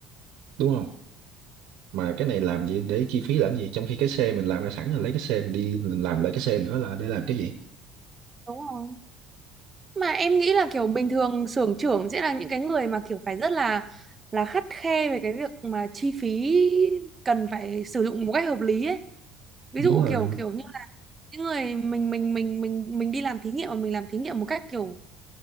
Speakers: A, on the right; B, on the right.
A: đúng không mà cái này làm gì để chi phí làm gì trong khi cái xe mình làm ra sẵn rồi lấy cái xe mình đi mình làm lại cái xe nữa là để làm cái gì
B: đúng rồi mà em nghĩ là kiểu bình thường xưởng trưởng sẽ là những cái người mà kiểu phải rất là là khắt khe về cái việc mà chi phí cần phải sử dụng một cách hợp lý ấy ví
A: đúng
B: dụ
A: rồi
B: kiểu kiểu như là những người mình mình mình mình mình đi làm thí nghiệm mà mình làm thí nghiệm một cách kiểu